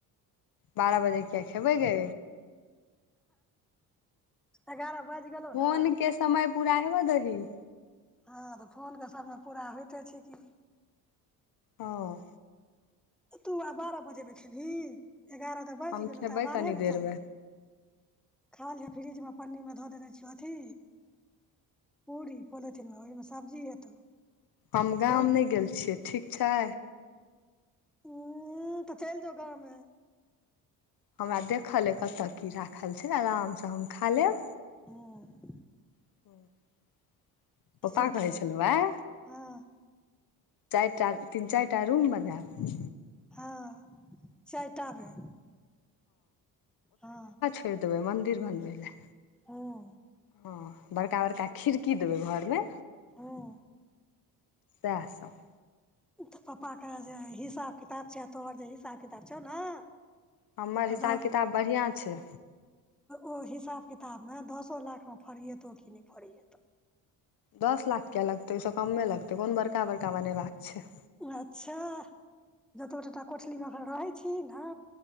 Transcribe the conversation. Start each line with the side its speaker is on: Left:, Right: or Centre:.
Left: बारह बजे किए खेबै गे।
Centre: एगारह बाइज गेलौ
Left: फोन
Centre: ने?
Left: के समय पूरा हेबऽ देबही।
Centre: हँ तऽ फोन के समय पूरा होइते छै की।
Left: हँ।
Centre: तू आब बारह बजे में खेबही, एगारह तऽ बाइज
Left: हम
Centre: गेलौ
Left: खेबै
Centre: तऽ बारहे
Left: कनी
Centre: ने
Left: देरमे
Centre: चालू हेतै। खा लिहें फ्रिज में पन्नी में धऽ देने छियौ अथी पूरी पोलिथिनमें, ओहिमे सब्जी हेतौ।
Left: हम गाम
Centre: लऽ ले
Left: नय गेल छियै, ठीक छै।
Centre: उम्म तऽ चैल जो गामें।
Left: हमरा देखल अइ कतय की राखल छै, आरामसँ हम खा लेब।
Centre: हूँ
Left: <inaudible> पप्पा
Centre: सुति
Left: कहै
Centre: रही
Left: छलहु आय
Centre: हँ
Left: चारिटा तीन चारिटा रूम बनैब।
Centre: हँ चारिटाबै हँ।
Left: फेर देबै मन्दिर बनबै लै।
Centre: हूँ
Left: हँ बड़का- बड़का खिड़की देबै घर में।
Centre: हूँ
Left: सैह सब।
Centre: तऽ पप्पा के जे हिसाब किताब छै, आ तोहर जे हिसाब किताब छौ ने
Left: हमर
Centre: से
Left: हिसाब
Centre: दऽ
Left: किताब बढ़िआँ छै।
Centre: ओ हिसाब किताब में दसो लाख में फरिएतौ कि नहि फरीएतौ।
Left: दस लाख कियै लगतै, ओइसँ कम्मे लगतै कोन बड़का- बड़का बनेबाक छै।
Centre: अच्छा जतबे ट -टा कोठली में एखन रहै छिही न